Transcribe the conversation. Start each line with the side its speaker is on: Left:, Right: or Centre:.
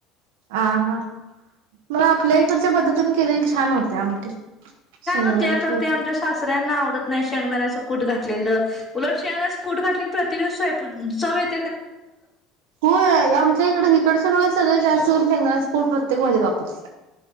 Right: आ हा मला आपल्या इकडच्या पद्धतीने केलेली छान होत्या आमटी
Left: छान
Right: शेंगदाण्याच
Left: होत्या करते
Right: कूट.
Left: आमच्या शासऱ्यांना आवडत नाही शेंगदाण्याच कुठ घातलेलं उलट श <unintelligible> कुट घातले क प्रत्येक च <unintelligible>
Right: होय आमच्या इकड इिकडच्या सगळ सगळ जास्त होऊनणार प्रत्य <unintelligible> तेग <unintelligible> माझ्या वापरत